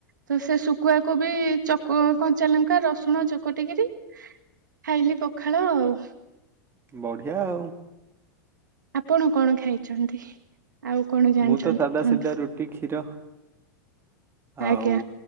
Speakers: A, on the right (about 80°); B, on the right (about 25°).
A: ତ ସେ ଶୁଖୁଆ କୁ ବି ଚକ କଞ୍ଚା ଲଙ୍କା ରସୁଣ ଚୋକଟିକିରି ଖାଇଲି ପଖାଳ ଆଉ।
B: ବଢିଆ ଆଉ।
A: ଆପଣ କଣ ଖାଇଛନ୍ତି ଆଉ କଣ ଜାଣିଛନ୍ତି
B: ମୁଁ ତ ସାଧା
A: କୁହନ୍ତୁ?
B: ସିଧା ରୁଟି କ୍ଷୀର ଆଉ
A: ଆଜ୍ଞା